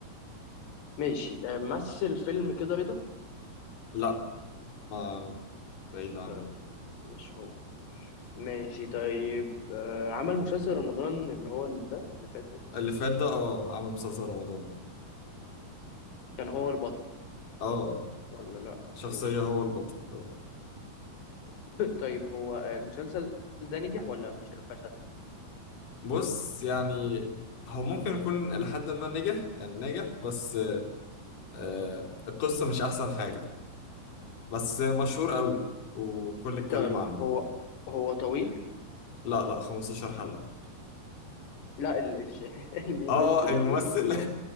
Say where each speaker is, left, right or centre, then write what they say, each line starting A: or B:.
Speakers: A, on the left (about 85°); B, on the left (about 55°).
A: ماشي آه مثل فيلم كده رضا
B: لا ما بعيد عنه
A: طيب مش هو ماشي طيب آه عمل مسلسل رمضان اللي هو اللي ده اللي فات ده
B: اللي فات ده اه عمل مسلسل رمضان
A: كان هو البطل
B: اه
A: ولا لأ
B: شخصية
A: ماشي
B: هو البطل اه
A: <laughs> طيب هو آه، المسلسل ده نجح ولا فيش- فشل
B: بص يعني هو ممكن يكون لحد ما نجح يعني نجح بس آه القصة مش أحسن حاجة بس مشهور قوي وكل اتكلم
A: طيب
B: عنه
A: هو هو طويل
B: لا لا 15 حلقة
A: لا ال- الش- <laughs> الممثل
B: اه آه، الممثل
A: طويل
B: <laughs>